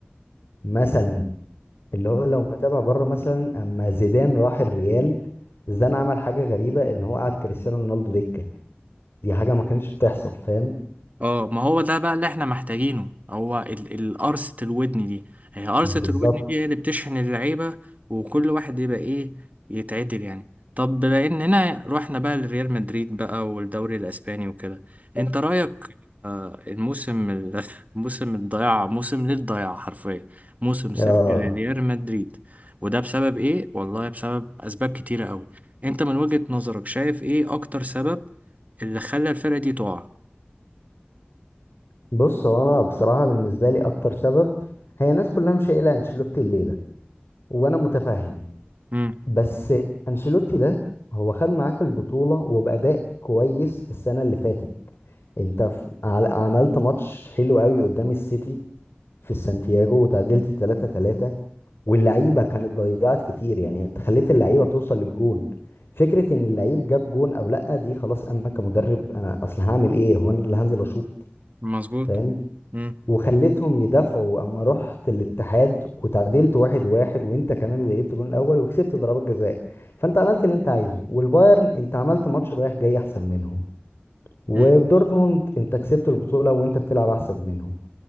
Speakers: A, on the left (about 80°); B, on the right (about 40°).
A: مثلا اللي هو لو متابع بره مثلا اما زيدان راح الريال زيدان عمل حاجة غريبة ان هو قعد كريستيانو رونالدو دكة دي حاجة ما كانتش بتحصل فاهم
B: اه ما هو ده بقى اللي احنا محتاجينه هو ال- القرصة الودن دي هي قرصة
A: بالظبط
B: الودن دي هي اللي بتشحن اللعيبة وكل واحد يبقى ايه يتعدل يعني طب بما اننا رحنا بقى لريال مدريد بقى والدوري الاسباني وكده انت رأيك آه، الموسم ال- <laughs> موسم الضياع موسم للضياع حرفيا موسم صفر
A: اه
B: لريال مدريد وده بسبب ايه والله بسبب اسباب كتيرة قوي انت من وجهة نظرك شايف ايه اكتر سبب اللي خلى الفرقة دي تقع
A: بص هو انا بصراحه بالنسبه لي اكتر سبب هي الناس كلها مش قايله انشيلوتي الليله وانا متفهم
B: امم
A: بس انشيلوتي ده هو خد معاك البطوله وباداء كويس السنه اللي فاتت انت ف- عل- عملت ماتش حلو قوي قدام السيتي في السانتياغو وتعادلت 3 3 واللعيبه كانت ضيعت كتير يعني انت خليت اللعيبه توصل للجون فكره ان اللعيب جاب جون او لا دي خلاص انا كمدرب انا اصلا هعمل ايه هو انا اللي هنزل اشوط
B: مظبوط
A: فاهم
B: مم.
A: وخليتهم يدافعوا اما رحت الاتحاد وتعادلت واحد واحد وانت كمان اللي جبت جون الاول وكسبت ضربات جزاء فانت عملت اللي انت عايزه والبايرن انت عملت ماتش رايح جاي احسن منهم ودورتموند
B: مم.
A: انت كسبت البطولة وانت بتلعب احسن منهم